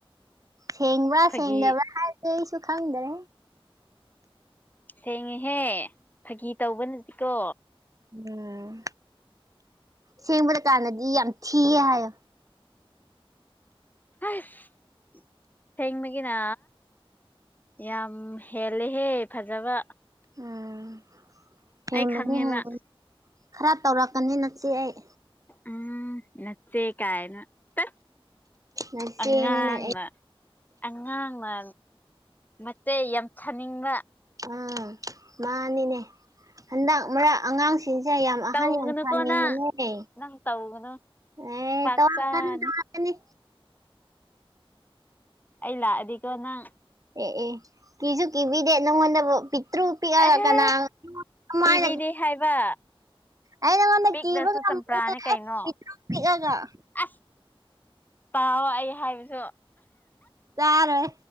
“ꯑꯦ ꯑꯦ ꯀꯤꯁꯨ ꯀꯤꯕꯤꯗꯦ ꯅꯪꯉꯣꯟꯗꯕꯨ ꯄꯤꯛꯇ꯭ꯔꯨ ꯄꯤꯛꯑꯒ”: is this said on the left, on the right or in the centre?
Right